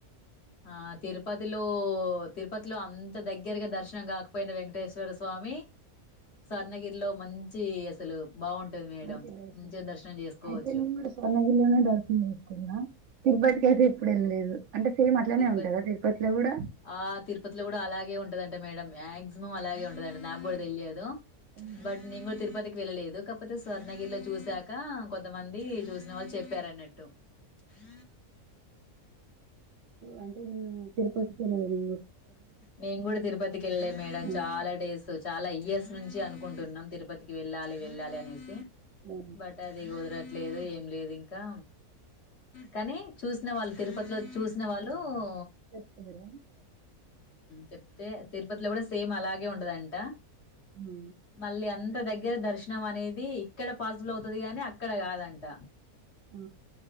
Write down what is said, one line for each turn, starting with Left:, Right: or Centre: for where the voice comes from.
Left: ఆ తిరుప తిరుపతిలో తిరుపతిలో అంత దగ్గరగా దర్శనం కాకపోయిన వెంకటేశ్వర స్వామి సార్ణగిరిలో మంచి మంచి అసలు బాగుంటది మేడం
Right: మంచించి
Left: మంచిగా దర్శనం చేసుకోవచ్చు
Right: అయితే మేం కూడా స్వర్ణగిరిలోనే దర్శ్ కున్నా తిరుపతికి అయితే ఎప్పుడు వెళ్ళలేదు అంటే సేమ్ అట్లనే
Left: తిరుపతి
Right: ఉంటదా తిరుపతిలో కూడా
Left: ఆ తిరుపతిలో కూడా అలాగే ఉంటదంటే మేడడం మాక్సిమం అలాగే ఉండదంటడి నాకు కూడా తెలియదు
Right: అవునా?
Left: బట్ నింగ కూడా తిరుపతికి వెళ్ళలేదు కాకపోతే స్వర్ణగిరిలో చూసాక కొంతమంది చూసిన వాళ్ళు చెప్పారున్నట్టు హు
Right: అంటే నేను తిరుపతికెళ్ళనండి
Left: మేం కూడా తిరుపతికి వెళ్ళలే మేడం
Right: ఆ,
Left: చాలా డేస్ చాలా ఇయర్స్ నుంచి అనుకుంటున్నాం తిరుపతికి వెళ్ళాలి వెళ్ళాలి అనేసి
Right: ఆ,
Left: బట్ అది కుదర ఎదో లేదు ఏం లేదు ఇంకా కానీ చూసిన వాళ్ళు తిరుపతిలో చూసిన వాళ్ళు ఓ
Right: చెేపినా
Left: చెప్తే తిరుపతిలో కూడా సేమ్ అలాగే ఉండదంట
Right: ఆ,
Left: మళ్ళీ అంత ఇ దగ్గర దర్శనం అనేది ఇక్కడ పాసిబుల్ అవుతుది గాని అక్కడ కాదంట
Right: ఆ,